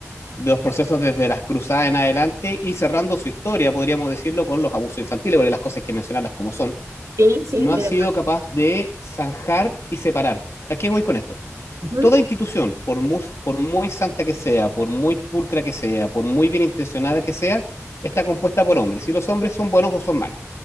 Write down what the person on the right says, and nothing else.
sí, sí,
muy
de acuerdo.
Ujú,